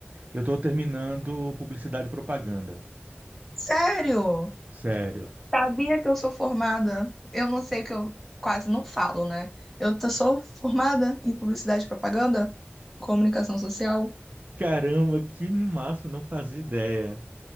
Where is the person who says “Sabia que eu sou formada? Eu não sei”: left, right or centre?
Centre